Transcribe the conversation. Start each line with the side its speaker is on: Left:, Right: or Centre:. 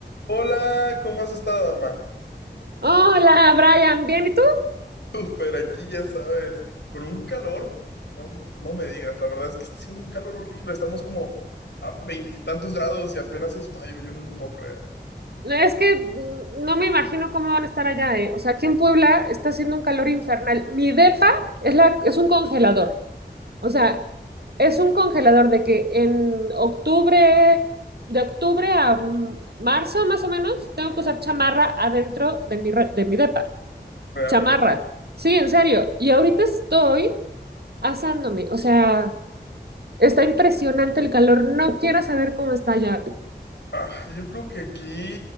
Left: Hola, ¿cómo has estado, mamá?
Right: Hola, Brian, bien, ¿y tú?
Left: Súper, aquí ya sabes, con un calor, no, no me digas, la verdad es que está haciendo un calor horrible, estamos como a veintitantos grados y apenas es mayo, yo no lo puedo creer.
Right: Es que mm, no me imagino cómo van a estar allá, ¿eh? O sea, aquí en Puebla está haciendo un calor infernal. Mi depa es la, es un congelador. O sea, es un congelador de que en octubre, de octubre a mm, marzo más o menos, tengo
Left: Ajá,
Right: que usar chamarra adentro de mi, re- de mi depa.
Left: ¿real?
Right: Chamarra. Sí, en serio. Y ahorita estoy asándome. O sea, está impresionante el calor. No quiero saber cómo está allá.
Left: Ah, yo creo que aquí